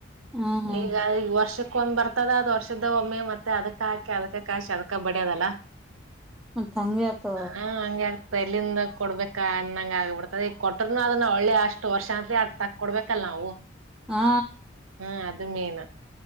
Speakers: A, in the centre; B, on the right.
A: ಹ್ಮ್ ಹ್ಮ್
B: ಈಗ ಈಗ ವರ್ಷ ಕೊ್ ಬರ್ತದ ಅದ್ ವರ್ಷದ ಒಮ್ಮೆ ಮತ್ತೆ ಅದಕ್ ಹಾಕಿ ಅದಕ ಕಸಿ ಅದಕ ಬಡ್ಯದಲ್ಲ
A: ಚಂಗೆತ
B: ಹ ಹಂಗೆ ಆಗ್ತದ ಎಲ್ಲಿಂದ ಕೊಡ್ಬೇಕ ಅನ್ನಂಗ ಆಗ್ಬಿಡ್ತದ ಈಗ ಕೊಟ್ರರುನು ಅದನ್ನ ಒಳ್ಳಿ ಅಷ್ಟು ವರ್ಷ ಅಂತತ್ಲಿ ಆ ತಕ್ಕಕ ಕೊಡ್ಬೇಕಲ್ಲ ಹೋ
A: ಹಾ
B: ಹಾ ಅದು ಮೇನ